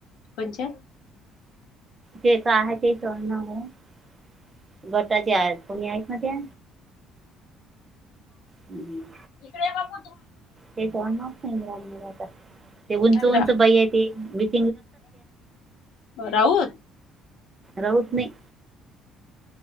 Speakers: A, on the left; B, on the right.
A: कोणाच्या?
B: जे का आहे ते गटाचे, कोणी आहेत ना त्या? हम्म.
A: इकडे ये बाबू
B: ते सवनाच नाही आता ते उंच
A: रा
B: उंच बाई आहे त <unintelligible>
A: राऊत
B: राऊत नाही.